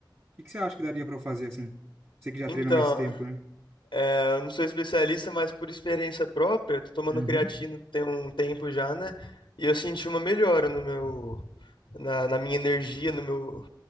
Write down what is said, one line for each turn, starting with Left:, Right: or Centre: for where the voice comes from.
Right: o que que você acha que daria pra eu fazer assim? Você que já
Left: então,
Right: treina mais tempo, né?
Left: é, eu não sou especialista, mas por experiência própria, eu tô tomando
Right: Uhum,
Left: creatina tem um tempo já, né? E eu senti uma melhora no meu na, na minha energia, no meu,